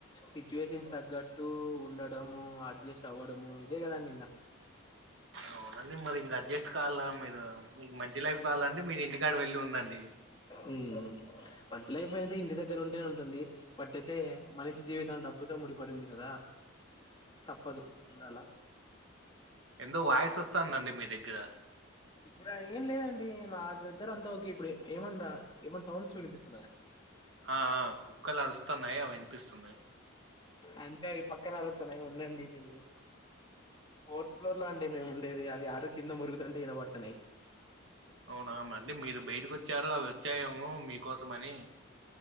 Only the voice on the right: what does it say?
అవునండీ మరి ఇంగడ్జస్ట్ కాలా మీరు మీకు మంచి లైఫ్ కాలాండి మీరు ఇంటికాడ వెళ్ళి ఉండండి
ఎందొ వాయిస్ వస్తాందండి మీ దగ్గర
అ అ కుక్కలు అరుస్తనై అవి వినిపిస్తున్నయి
అవునా మండి మీరు బయటకి వచ్చరు అవి వచ్చాయేమో మీకోసం అని